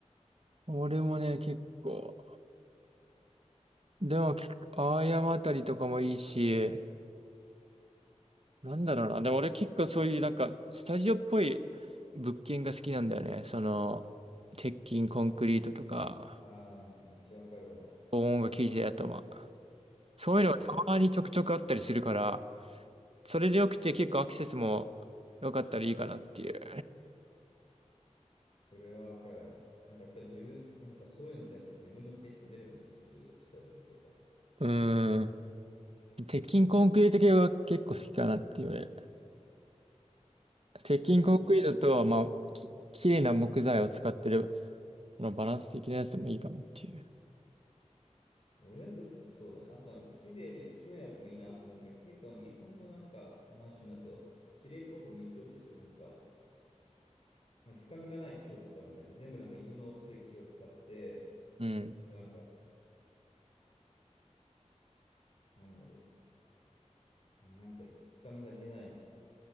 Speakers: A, on the right (about 55°); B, on the left (about 50°).
A: 俺もね、結構、でも、結構青山あたりとかもいいし、なんだろうな。でも俺結構そういうなんか、スタジオっぽい物件が好きなんだよね。その、鉄筋コンクリートとか、
B: ああ、めっちゃわかるわ。
A: 防音が効いてるやつとか。そういうのがたまにちょくちょくあったりするから、
B: わかるわかる。
A: それでよくて結構アクセスも良かったらいいかなっていう。
B: それはわかるやろ。なんかやっぱり自分、なんかそういうのってやっぱ自分のテイスト出るもんな、そういうスタジオっていうか。
A: うーん。鉄筋コンクリート系は結構好きかなっていうね。鉄筋コンクリートとは、
B: なんか、
A: まあ、き、綺麗な木材を使ってる、そのバランス的なやつでもいいかなっていう。
B: 俺はど、そうだね。あとは木で、木のやつもいいなって思うけど、結構日本のなんか、マンションだと、綺麗っぽく見せようとしてなんか、なんか深みがない木を使うみたいな。全部なんか色の薄い木を使って、
A: うん。
B: ちょっとなんか、なんだろう。なんか深みが出ない